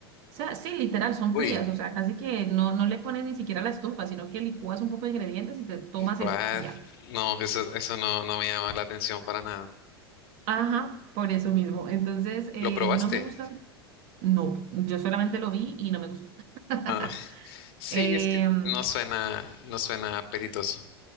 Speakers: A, on the right; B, on the left.
A: O sea, sí, literal, son
B: Uy,
A: frías, o sea, casi que no, no le pones ni siquiera la estufa, sino que licúas un poco de ingredientes y te tomas
B: what?
A: eso y ya.
B: No, eso, eso no, no me llama la atención para nada.
A: Ajá, por eso mismo. Entonces, eh,
B: ¿Lo probaste?
A: no me gustan, no, yo solamente lo vi y no me gustó. <laughs>
B: Ah, sí,
A: Em,
B: es que no suena, no suena apetitoso.